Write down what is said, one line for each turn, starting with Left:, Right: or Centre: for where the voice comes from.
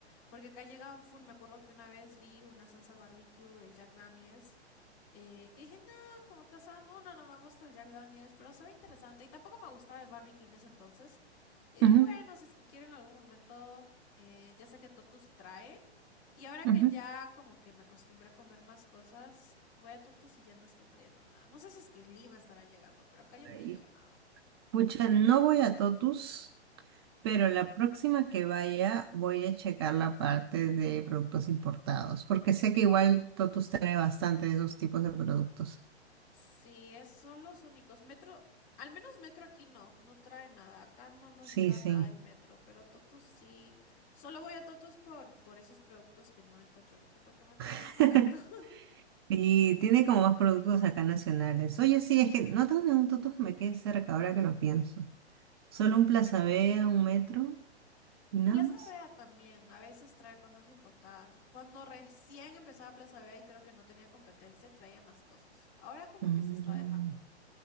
Left: porque acá llegaban full. Me acuerdo que una vez vi una salsa barbecue de Jack Daniels eh, que dije, no, como que, o sea, no, no no me gusta el Jack Daniels, pero se ve interesante y tampoco me gustaba el barbecue en ese entonces. Y dije,
Right: Ujú,
Left: bueno, si es que quiero en algún momento, eh, ya sé que Totus trae y ahora
Right: ujú.
Left: que ya como que me acostumbré a comer más cosas, voy a Totus y ya no están trayendo nada. No sé si es que en Lima estará llegando, pero acá ya
Right: ay,
Left: no llega nada.
Right: pucha, no voy a Totus, pero la próxima que vaya voy a checar la parte de productos importados, porque sé que igual Totus trae bastante de esos tipos de productos.
Left: Sí, es- son los únicos. Metro, al menos metro aquí no, no trae nada. Acá no nos
Right: Sí,
Left: llega
Right: sí.
Left: nada en metro, pero Totus sí. Solo voy a Totus por, por esos productos que no encuentro en metro, porque metro es
Right: <laughs>
Left: más barato. <laughs>
Right: Y tiene como más productos acá nacionales. Oye, sí, es que no
Left: Mm.
Right: tengo ningún Totus que me quede cerca ahora que lo pienso. Solo un Plaza Vea, un metro y nada
Left: Plaza
Right: más.
Left: Vea también, a veces trae cosas importadas. Cuando recién empezaba Plaza Vea y creo que no tenía competencia, traía más cosas. Ahora como
Right: Mm,
Left: que se está dejando.